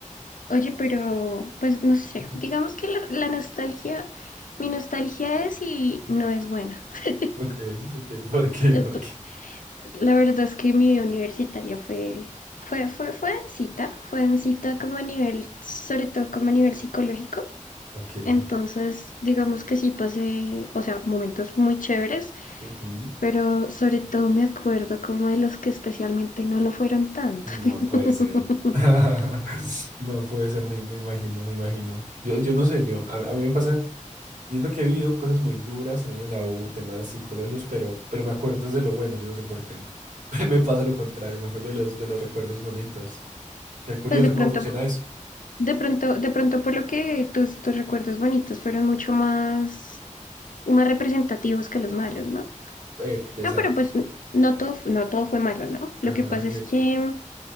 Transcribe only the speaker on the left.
oye, pero pues no sé,
digamos que la, la nostalgia, mi nostalgia es y no es buena. <laughs>
¿Tú,
La verdad es que mi vida universitaria fue, fue, fue, fue densita, fue densita como a nivel, sobre todo como a nivel psicológico.
Entonces, digamos que sí pasé, o sea, momentos muy chéveres,
pero sobre todo me acuerdo como de los que especialmente no lo fueron tanto.
<laughs>
Pues de pronto,
de pronto, de pronto por lo que tus, tus recuerdos bonitos fueron mucho más, más representativos que
los malos, ¿no?
No, pero pues no todo, fu- no todo fue malo, ¿no? Lo
que pasa
es que